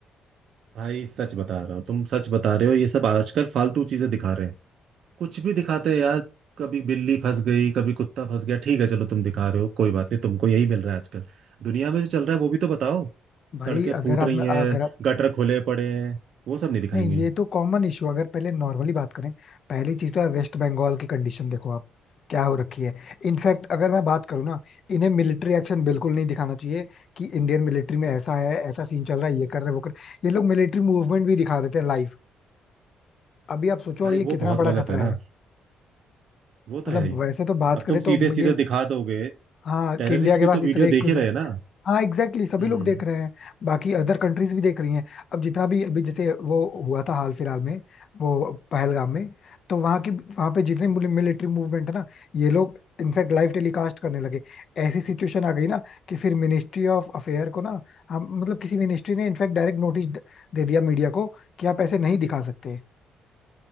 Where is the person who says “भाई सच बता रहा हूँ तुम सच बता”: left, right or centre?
Right